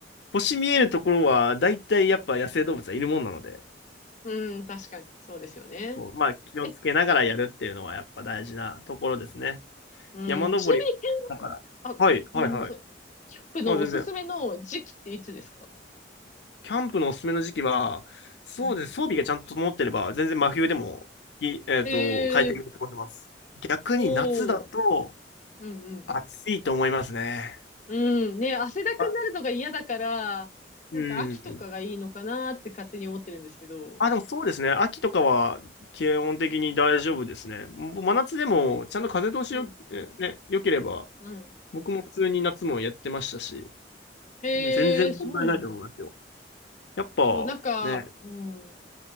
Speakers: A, on the left; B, on the left.
A: 星見えるところは、だいたいやっぱ野生動物はいるもんなので。
B: うん、確かに。そうですよね。
A: こうまあ、気をつけながらやるっていうのはやっぱ大事なところですね。
B: え、うん、
A: 山登り、
B: ちなみに、け
A: だから。
B: ん、あ、ごめんなさい。
A: はい、はい、はい。
B: キャンプのおすすめの時期っていつですか
A: あ、全然。キャンプのおすすめの時期は、そうですね。
B: うん。
A: 装備がちゃんと整ってれば、全然真冬でも、
B: うん
A: い、えっと、
B: ええー、
A: 快適に過ごせます。逆に夏だと
B: おー。うん、うん。
A: 暑いと思いますね。
B: うん。ね、汗だくになるのが嫌だから、
A: あ、
B: なんか秋とかがいいのかなって勝手に思ってるんですけど。
A: うん。あ、でもそうですね。秋とかは基本的に大丈夫ですね。もう真夏でもちゃんと風通しよ、
B: うん。
A: えね、良ければ、
B: うん。
A: 僕も普通に夏もやってましたし。
B: へえ、
A: うん全然問題ないと思いますよ。
B: そうなんだ。
A: やっぱ、
B: そう、なんか、
A: ね。
B: うん。